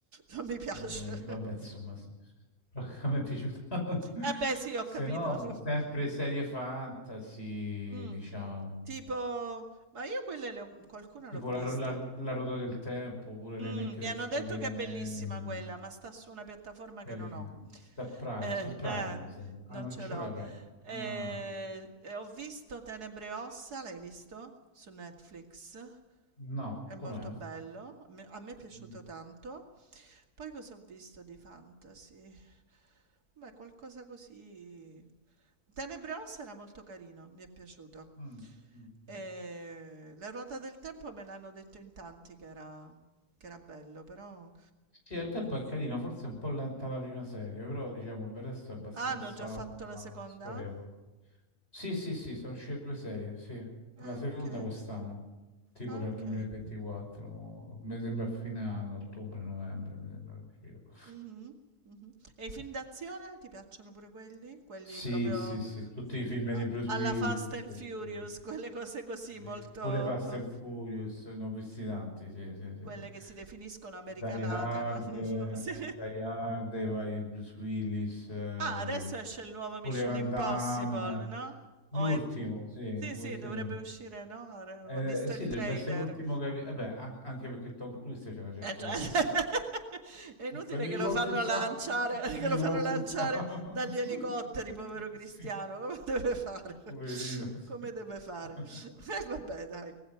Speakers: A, on the right; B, on the left.
A: non mi piace.
B: eh,
A: <laughs>
B: vabbè, insomma, s- <laughs> a me è piaciuta. <laughs>
A: Eh beh sì, ho
B: Se
A: capito.
B: no,
A: <laughs>
B: sempre serie fantasy,
A: Mh,
B: diciamo,
A: tipo ma io quelle le ho qualcuna
B: tipo
A: l'ho vista.
B: la, la, la ruota del tempo, oppure il
A: Mh,
B: remake
A: mi
B: del
A: hanno
B: Signore
A: detto
B: degli
A: che
B: Anelli.
A: è bellissima quella, ma sta su una piattaforma
B: Carino.
A: che non ho.
B: Sta Prime,
A: Eh,
B: su Prime
A: eh,
B: mi sembra.
A: non
B: Ah, non
A: ce
B: ce
A: l'ho.
B: l'hai Prime.
A: Ehm,
B: Ah,
A: e ho visto Tenebre e ossa, l'hai visto? Su Netflix.
B: no,
A: È molto
B: com'è?
A: bello, a me, a me è piaciuto
B: Mm,
A: tanto. Poi cosa ho visto di fantasy? Beh, qualcosa così. Tenebrosa era molto carino, mi è piaciuto.
B: mm, mm,
A: E
B: mm.
A: La ruota del tempo me l'hanno detto in tanti che era, che era bello, però.
B: Sì, al tempo è carino, forse è un po' lenta la prima serie, però diciamo per il resto è abbastanza
A: Ah, hanno già fatto
B: mm,
A: la seconda?
B: scorrevole. Sì, sì, sì, sono uscite due serie, sì.
A: Ah,
B: La seconda
A: ok.
B: quest'anno, tipo
A: Ah,
B: nel
A: ok.
B: 2024, mi sembra a fine anno, ottobre-novembre, mi sembra che è uscito.
A: Mhm, mhm. E i film d'azione ti piacciono pure quelli? Quelli
B: Sì,
A: proprio
B: sì, sì, tutti i film di
A: a-
B: Bruce
A: alla
B: Willis,
A: Fast
B: sì,
A: and
B: ho
A: Furious,
B: visto tutti.
A: <laughs> quelle cose così
B: Beh,
A: molto
B: pure Fast and Furious, ne ho visti tanti, sì, sì, sì,
A: Quelle
B: sì.
A: che si definiscono americanate,
B: Die Hard,
A: ma <laughs> sì.
B: eh, Die Hard, i vari Bruce Willis, eh,
A: Ah, adesso esce il nuovo Mission
B: pure Van
A: Impossible,
B: Damme,
A: no,
B: l'ultimo,
A: o è t
B: sì,
A: sì,
B: Wicked
A: sì, dovrebbe uscire, no, re ho
B: Eh,
A: visto
B: sì,
A: il
B: dovrebbe
A: trailer.
B: essere l'ultimo capitolo. Vabbè, an- anche perché Tom Cruise c'è una certa
A: Eh, cioè
B: danza.
A: <laughs> è inutile
B: Se ne
A: che lo
B: può
A: fanno
B: più fare,
A: lanciare
B: <laughs> non
A: che
B: ne
A: lo
B: può
A: fanno
B: più
A: lanciare
B: fare.
A: dagli elicotteri,
B: <laughs>
A: povero Cristiano,
B: Sì,
A: come deve fare?
B: poverino,
A: <laughs>
B: sì.
A: Come deve fare?
B: <laughs>
A: E Eh, vabbè dai,